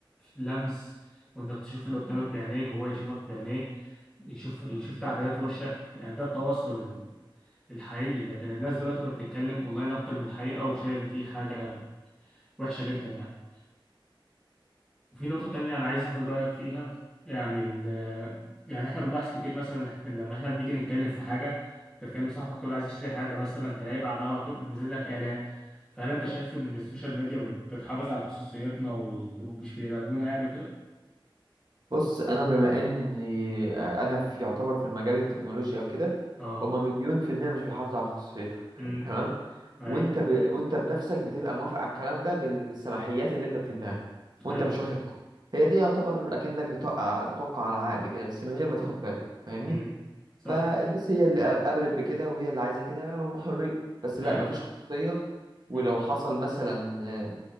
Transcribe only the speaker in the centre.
لمس وإنك تشوف اللي قدامك بعينيك وهو يشوفك بعينيه يشوف يشوف تعبيرات وشك يعني ده التواصل الحقيقي لكن الناس دلوقتي بقى بتتكلم اونلاين اكتر من الحقيقة وشايف دي حاجة وحشة جدا يعني وفي نقطة تانية انا عايز اخد رأيك فيها يعني ال يعني احنا بنلاحظ كتير مثلا لما احنا بنيجي نتكلم في حاجة بتكلم صاحبك تقول عايز اشتري حاجة مثلا تلاقي بعدها على طول نزل لك اعلان فهل انت شايف ان السوشيال ميديا بت- بتحافظ على خصوصيتنا وال- ومش بيراقبونا يعني وكده؟
اه
امم
اي
اي
امم صح
اي
امم